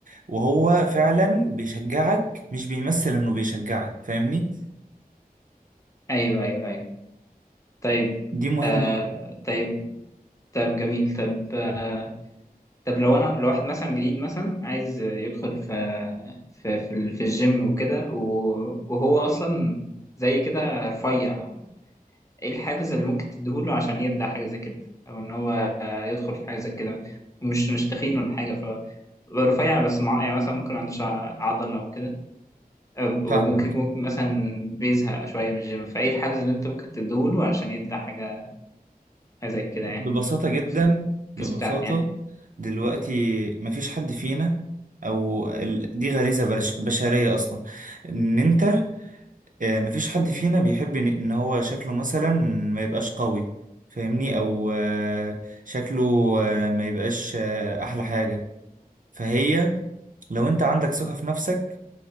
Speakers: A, on the right; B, on the left.
A: وهو فعلا بيشجعك مش بيمثل انه بيشجعك فاهمني
B: ايوه ايوه ايوه طيب
A: دي مهمة
B: آه
A: أوي.
B: طيب طب جميل طب آه طب لو انا لو واحد مثلا جديد مثلا عايز يدخل في في في, ال- في الجيم وكده و- وهو اصلا زي كده رفيع ايه الحافز اللي ممكن تديهوله عشان يبدأ حاجة زي كده او ان هو آه، يدخل في حاجة زي كده مش مش تخين ولا حاجة ف رفيع بس مع... يعني مثلا ممكن ما عندوش ع- عضلة او كده أم- وممكن
A: فاهمك
B: ممكن مثلا بيزهق شوية من الجيم فايه الحافز اللي انت ممكن تديهوله عشان يبدأ حاجة حاجة زي كده يعني
A: ببساطة جدا
B: في
A: ببساطة
B: الكيس بتاعتي يعني
A: دلوقتي مفيش حد فينا أو ال... دي غريزة برش... بشرية أصلا إن أنت آه، مفيش حد فينا بيحب إن إن هو شكله مثلا ما يبقاش قوي فاهمني أو آه، شكله آه، ما يبقاش آه، أحلى حاجة فهي لو أنت عندك ثقة في نفسك